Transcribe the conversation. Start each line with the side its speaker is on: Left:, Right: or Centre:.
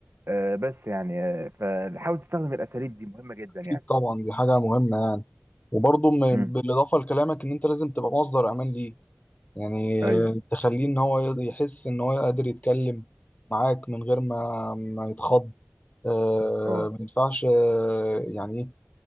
Right: آه، بس يعني آه، فحاول تستخدم الاساليب دي مهمة جدا
Left: اكيد
Right: يعني
Left: طبعا دي حاجه مهمه يعني وبرضه م-
Right: امم
Left: بالاضافه لكلامك ان انت لازم تبقى مصدر امان ليه يعني
Right: ايوه
Left: تخليه ان هو يقدر- يحس ان هو قادر يتكلم معاك من غير ما ما يتخض آه
Right: اه
Left: ما ينفعش آه يعني ايه